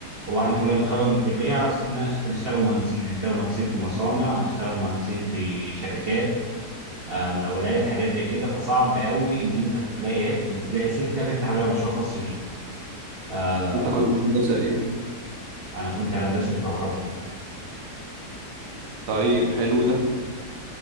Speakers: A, on the right; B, on the right.
A: هو احنا كلنا بنتخرج من الكليه على اساس ان إحنا هنشتغل مهندسين هنشتغل مهندسين في مصانع هنشتغل مهندسين في شركات آم، اولاد حاجات زي كده فصعب قوي ان انت تلاقي تلاقي سكه تفتح بيها مشروع خاص بيك آه،
B: انت كنت هندسة ايه
A: انا كنت هندسه كهرباء
B: طيب حلو ده